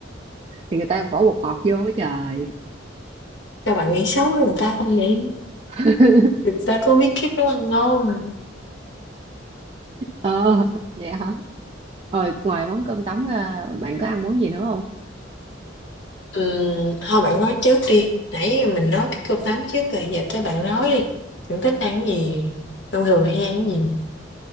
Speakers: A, on the right (about 30°); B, on the left (about 65°).
A: thì người ta bỏ bột ngọt vô á trời
B: Các bạn nghĩ xấu với người ta không vậy?
A: <laughs>
B: Thực ra có bí kíp nấu ăn ngon.
A: ờ vậy hả rồi ngoài món cơm tấm ra, bạn có ăn món gì nữa không
B: Ừm, thôi bạn nói trước đi. Nãy mình nói cái cơm tấm trước rồi, giờ tới bạn nói đi. Bạn thích ăn cái gì? Thông thường hay ăn cái gì?